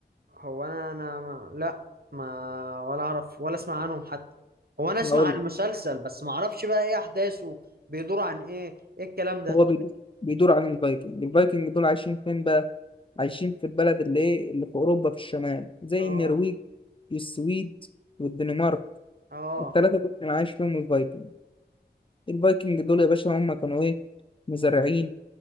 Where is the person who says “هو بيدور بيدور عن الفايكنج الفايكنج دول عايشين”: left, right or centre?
Left